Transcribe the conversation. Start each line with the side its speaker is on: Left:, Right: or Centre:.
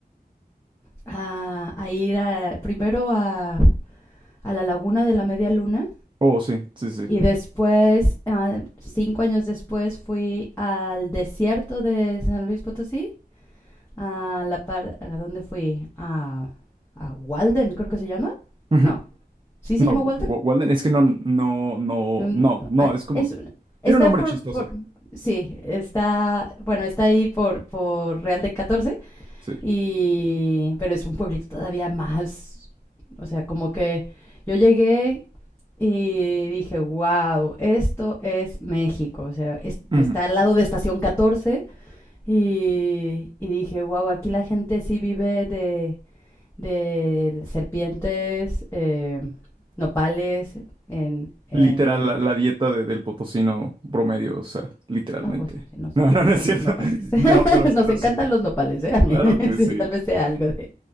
Left: a, a ir a- primero a, a la Laguna de la Media Luna
Right: Oh, sí, sí, sí.
Left: y después, ah, cinco años después, fui al desierto de San Luis Potosí, a la par... ¿A dónde fui? A, a Walden, creo que se llama.
Right: Ujú.
Left: No, ¿sí se
Right: No,
Left: llama Walden?
Right: Wa- Wa- Walden, es que no, no, no,
Left: Un-
Right: no, no,
Left: ay,
Right: es como,
Left: es está
Right: tiene un nombre
Left: por,
Right: chistoso.
Left: por, sí, está, bueno, está ahí por, por Real de catorce
Right: Sí.
Left: y, pero es un pueblito todavía más, o sea, como que yo llegué y dije, wow, esto es México, o sea, es-
Right: Ujú.
Left: está al lado de Estación catorce y, y dije, wow, aquí la gente sí vive de, de serpientes, eh, nopales, en, en
Right: Literal, la, la dieta de- del potosino promedio, o sea, literalmente.
Left: Ah, bueno, sí, nos
Right: No,
Left: encantan
Right: no, no es cierto.
Left: los nopales.
Right: <laughs>
Left: <laughs>
Right: No, pero,
Left: nos
Right: pero
Left: encantan
Right: sí.
Left: los nopales, ¿eh? A mí,
Right: Claro
Left: <laughs>
Right: que
Left: sí,
Right: sí.
Left: tal vez sea algo de...